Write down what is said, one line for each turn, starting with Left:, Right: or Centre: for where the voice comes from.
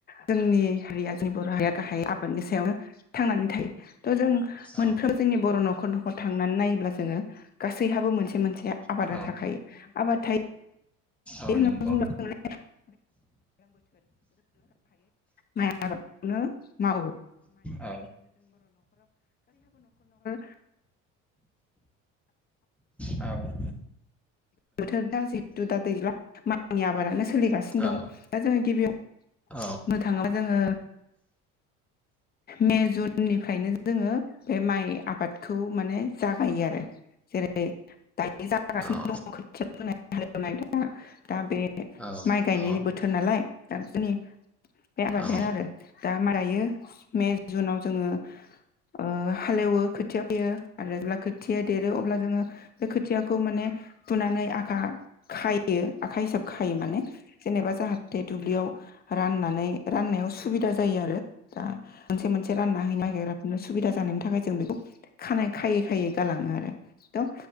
Left: जोंनि हारिया जोंनि बर' हारिया गाहाय आबादनि सायावनो थांनानै थायो। ओ जों
Centre: औ
Left: मोनफ्रोम जोंनि बर' न'खर न'खर थांनानै नायोब्ला जोङो गासैहाबो मोनसे मोनसे आबादा
Centre: औ
Left: थाखायो। आबाद थायो
Centre: औ
Left: <unintelligible>
Centre: नंगौ
Left: माइ आबाद बेखौनो मावो।
Centre: औ
Left: <unintelligible>
Centre: औ
Left: बोथोरा जिहेतु दा दैज्लां माइनि आबादानो सोलिगासिनो
Centre: औ
Left: दं दा जोङो गिबियाव
Centre: औ
Left: बुंनो थाङोबा जोङो मे जुन उननिफ्रायनो जोङो बे माइ आबादखौ माने जागायो आरो जेरै द
Centre: औ
Left: <unintelligible> दङ खोथिया फोनाय हाल एवनाय दा बे
Centre: औ
Left: माइ गायनायनि
Centre: औ
Left: बोथोर नालाय दा जोंनि बे आबादायानो
Centre: औ
Left: आरो। दा मारायो मे जुनाव जोङो ओ हालेवो खोथिया फोयो आरो जेब्ला खोथि या देरो अब्ला जोङो बे खोथियाखौ माने फुनानै आखा खायो आखाइ हिसाब खायो माने जेनेबा जाहा ते दुब्लियाव राननानै राननायाव सुबिदा जायो आरो दा मोनसे मोनसे रानना हैनो <unintelligible> सुबिदा जानायनि थाखाय जों बेखौ खानाय खायै खायै गालाङो आरो थ'